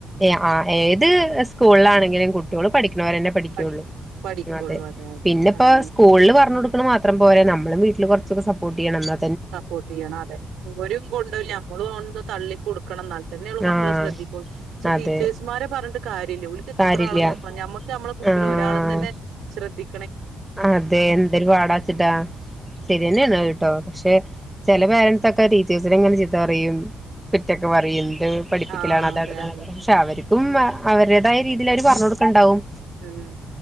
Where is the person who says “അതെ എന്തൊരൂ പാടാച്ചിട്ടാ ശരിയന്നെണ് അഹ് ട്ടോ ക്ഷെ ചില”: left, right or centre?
Centre